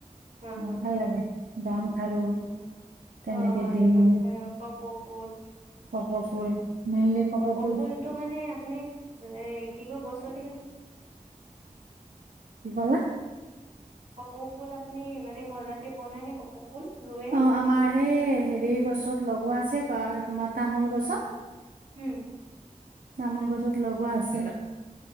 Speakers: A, on the right; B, on the right.
A: হয় হয়
B: অ', ভাল লাগে গাম খাৰু।
A: হয় হয়
B: তেনেকে
A: অ হয়
B: ডিঙি
A: গামখাৰু কপৌ ফুল
B: কপ ফুল মেইনলি কপ
A: কপৌ
B: ফুল
A: ফুলটো মানে আপুনি এ কি কয় গছত
B: কি কলা
A: কপৌ ফুল আপুনি মানে ঘৰতে বনাই নে কপৌ ফুল ৰুৱে নে?
B: অ আমাৰ সেই হেৰি গছত লগোৱা আছে তোমাৰ তামোল গছত
A: উম,
B: চামোল গছত লগোৱা আছে